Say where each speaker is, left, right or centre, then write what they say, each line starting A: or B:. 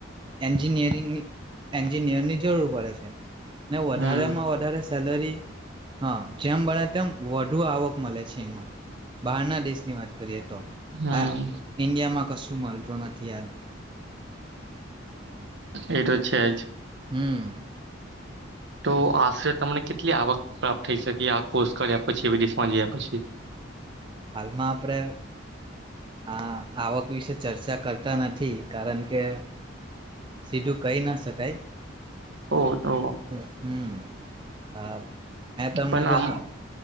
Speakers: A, on the right; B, on the right.
A: એન્જિનિયરિંગની એન્જિનિયરની જરૂર પડે છે ને વધારે
B: હમ
A: માં વધારે સેલરી હા જેમ ભણે તેમ વધુ આવક મળે છે એમાં બહારના દેશની વાત કરીએ તો તો
B: હમ
A: હ ઇન્ડિયા માં કશું સુમાલતો નાથથીયાદ
B: એટ છે આજ
A: <inaudible>
B: તો આશરે તમને કેટલી આવક પ્રાપ્ત થઈ શકી આ કોસ્ટ કર્યા પછી વિદેશમાં જયા પછી
A: હાલમાં આપણે આ આવક વિશે ચર્ચા કરતા નથી કારણ કે સીધું કહી ના શકાય
B: ઓહ તો
A: હ હમ હા મે તમને
B: પણ
A: જ
B: આમ
A: ના